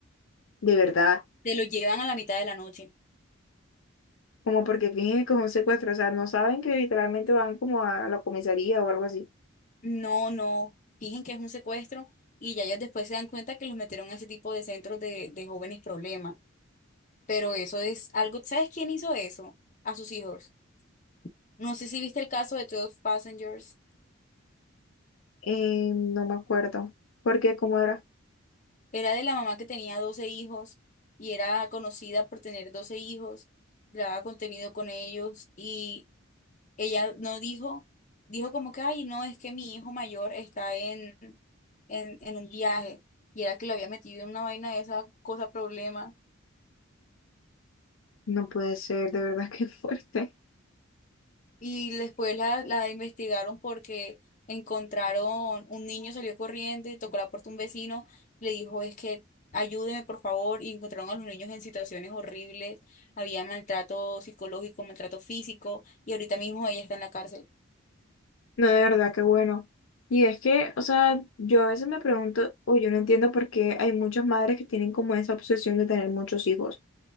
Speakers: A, on the left; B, on the left.
A: de verdad.
B: Se lo llevan a la mitad de la noche.
A: como porque fingen que es un secuestro, o sea, no saben que literalmente van como a la comisaría o algo así.
B: No, no. Fingen que es un secuestro y ya ellos después se dan cuenta que los metieron a ese tipo de centros de, de jóvenes problemas. Pero eso es algo. ¿Sabes quién hizo eso? A sus hijos. No sé si viste el caso de 12 Passengers.
A: Eh, no me acuerdo, porque cómo era,
B: Era de la mamá que tenía 12 hijos y era conocida por tener 12 hijos. Grababa contenido con ellos y Ella no dijo, dijo como que, ay, no, es que mi hijo mayor está en, en, en un viaje y era que lo había metido en una vaina de esa cosa problema.
A: no puede ser, de verdad que <laughs> fuerte,
B: Y después la, la investigaron porque encontraron, un niño salió corriendo y tocó la puerta un vecino, le dijo, es que ayúdeme por favor, y encontraron a los niños en situaciones horribles, había maltrato psicológico, maltrato físico, y ahorita mismo ella está en la cárcel.
A: no, de verdad que bueno. Y es que, o sea, yo a veces me pregunto, o yo no entiendo por qué hay muchas madres que tienen como esa obsesión de tener muchos hijos. O